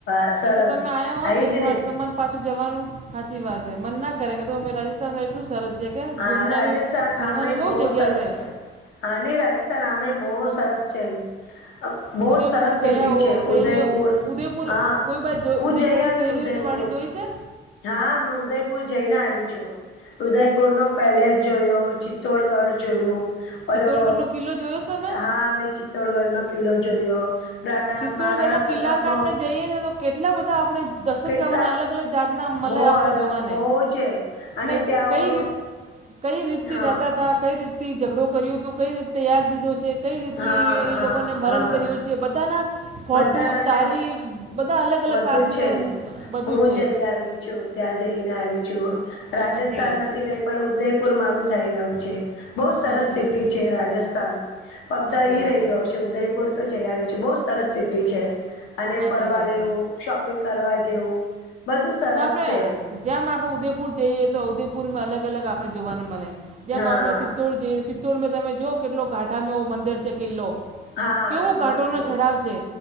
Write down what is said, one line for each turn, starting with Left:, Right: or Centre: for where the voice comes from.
Left: બસ સરસ
Right: તો તમે આવ્યા હો
Left: આજ
Right: એક વાર
Left: ને.
Right: તો મન પાછું જવાનું સાચી વાત હ. મન ના કરે કે, તો મેં રાજસ્થાન એટલું સરસ છે કે
Left: હા,
Right: ઘૂમનાની
Left: રાજસ્થાન
Right: ફરવાની
Left: આમય બહુ
Right: જગ્યા
Left: સરસ
Right: છે
Left: છે‌. હાની રાજસ્થાન આમે બહુ સરસ છે એમ.
Right: બ
Left: બહુ
Right: <unintelligible> ઉદયપુર
Left: જ સરસ
Right: ગયા
Left: સિટી
Right: હો,
Left: છે
Right: સહેલીઓ
Left: ઉદયપુર
Right: ઉદયપુર
Left: હા
Right: કોઈ વિત જો
Left: હું
Right: ઉદયપુમાં
Left: જઈ આવી
Right: સહેલીઓને
Left: ઉદયપુર
Right: પવાડી જોઈ છે?
Left: હા, હ, ઉદયપુર જઈને આવી છું. ઉદયપુર નો પેલેસ જોયો, ચિત્તોડગઢ જોયું.
Right: ચિત્તોડગઢનો
Left: ઓલો
Right: કિલ્લો જોયો છે તમે
Left: હા, મેં ચિત્તોડગઢ નો કિલ્લો જોયો. પ્રા
Right: સિત્તોડગઢ
Left: મહારાણા
Right: ના
Left: પ્રતાપ
Right: કિલ્લા ના
Left: નો
Right: આપણે જઈએ ને, તો કેટલા બધા આપણે દર્શન
Left: કેટલા
Right: કરવાના અલગ અલગ-અલગ જાતના મળે,
Left: બહુ
Right: આપણે
Left: અલગ
Right: જોવાને
Left: બહુ છે. અને
Right: ને
Left: ત્યાં
Right: કંઈ
Left: ઓલો
Right: રીતે કઈ રીતથી
Left: હા
Right: રહેતા હતા, કંઈ રીતથી ઝઘડો કર્યું હતું, કઈ રીતે યાદ દીધો છે. કંઈ રીતે
Left: હા
Right: એ
Left: હા
Right: લોકોને મરણ
Left: હા
Right: કર્યું છે, બધાના ફોટું,
Left: બધાના
Right: તારીખ.
Left: જ
Right: બધા અલગ-અલગ
Left: વધુ
Right: કાસને
Left: છે
Right: બધું છે.
Left: જઈ આવી હું ત્યાં જઈને આવી છું. રાજસ્થાન
Right: સાચી વાત
Left: નથી
Right: છે
Left: કઈ પણ ઉદયપુર મારું થઈ ગયું છે. બહ સરસ
Right: સાચી
Left: સિટી
Right: વાત
Left: છે રાજસ્થાન. ફક્ત
Right: સાચી
Left: એઈ
Right: વાત
Left: રહી ગયું છે ઉદયપુર. અરે તો જઈ આવી છું! બહુ સરસ સિટી છે અને
Right: સાચી
Left: ફરવા
Right: વાત
Left: લેવું
Right: હે.
Left: શોપિંગ કરવા જેવું. બધું સરસ
Right: ના આપડે
Left: છે
Right: જેમ આપડે ઉદેપુર જઈએ તો, ઉદેપુરમાં અલગ- અલગ આપણે જોવાને મળે. જેમ
Left: હા
Right: આપણે ચિત્તોડ જઈએ, સિત્તુરં તમે જો કેટલો ગાંઠામાંવ મંદિર છે કિલ્લો
Left: હા
Right: કેવો
Left: મસ્ત
Right: ઘાટોનો ચડાવ છે,